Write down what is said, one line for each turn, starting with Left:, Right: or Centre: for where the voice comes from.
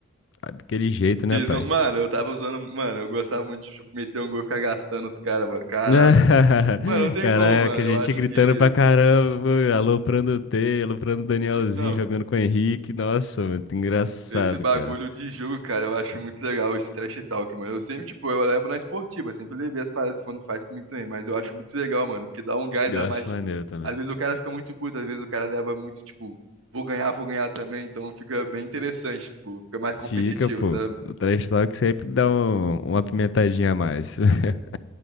Left: daquele jeito, né,
Right: Fiz
Left: pai?
Right: um... Mano, eu tava usando. Mano, eu gostava muito de tipo, meter um gol e ficar gastando os caras, mano. Caraca.
Left: <laughs>
Right: Mano, não tem
Left: Caraca,
Right: como, mano.
Left: a
Right: Eu
Left: gente
Right: acho
Left: gritando
Right: que.
Left: pra caramba, aloprando o T, aloprando o Danielzinho,
Right: Então,
Left: jogando com o Henrique. Nossa, mano, engraçado,
Right: esse bagulho
Left: cara.
Right: de jogo, cara, eu acho muito legal esse trash talk, mano. Eu sempre, tipo, eu levo na esportiva, sempre levei as paradas quando faz comigo também. Mas eu acho muito legal, mano, porque dá um gás
Left: Eu
Right: a mais,
Left: acho
Right: tipo.
Left: maneiro também.
Right: Às vezes o cara fica muito puto, às vezes o cara leva muito, tipo, vou ganhar, vou ganhar também. Então fica bem interessante, tipo, fica mais
Left: Fica,
Right: competitivo,
Left: pô.
Right: sabe?
Left: O trash talk sempre dá um- uma pimentadinha a mais. <laughs>